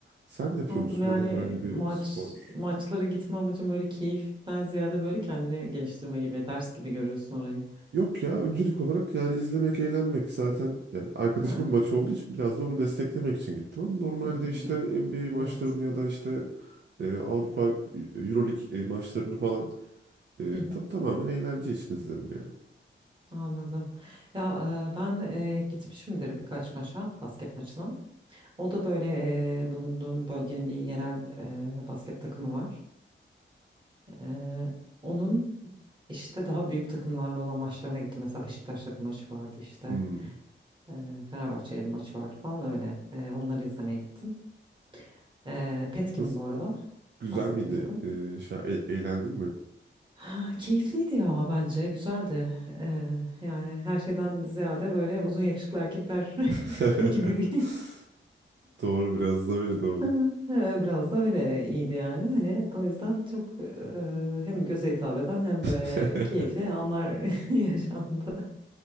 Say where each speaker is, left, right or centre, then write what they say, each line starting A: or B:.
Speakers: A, on the right; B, on the right.
A: Sen yapıyor
B: Anladım.
A: musun
B: Yani
A: böyle herhangi
B: maç
A: bir spor?
B: maçlara gitme amacın böyle keyiften ziyade böyle kendini geliştirme gibi, ders gibi görüyorsun orayı.
A: Yok ya öncelik olarak yani izlemek, eğlenmek zaten yani arkadaşımın
B: Ha.
A: maçı olduğu için biraz da onu desteklemek için gittim ama normalde
B: Hı hı
A: işte
B: hı.
A: NBA maçlarını
B: Evet.
A: ya da işte e, Avrupa Euroleague e, maçlarını falan e,
B: Hı hı.
A: ta- tamamen eğlence için izlerim yani.
B: Anladım. Ya e, ben e, gitmişimdir birkaç maça, basket maçına. O da böyle e, bulunduğum bölgenin bir yerel e, basket takımı var. E, onun işte daha büyük takımlarla olan maçlarına gittim. Mesela Beşiktaş'la bir maçı vardı işte.
A: Hmm.
B: E, Fenerbahçe'yle bir maçı vardı falan öyle. E, onları izlemeye gittim. E, Petkim
A: Nasıl
B: bu arada
A: güzel
B: bahsettiğim
A: miydi?
B: takım.
A: E, şey, e- eğlendin mi?
B: Ha, Keyifliydi ya bence güzeldi Ee, yani her şeyden ziyade böyle uzun yakışıklı erkekler
A: <laughs>
B: <laughs> gibi bir
A: Doğru biraz da öyle doğru.
B: <laughs> Ee, biraz da öyle iyiydi yani hani o yüzden çok e, hem göze hitap eden hem böyle
A: <laughs>
B: keyifli anlar <laughs> yaşandı.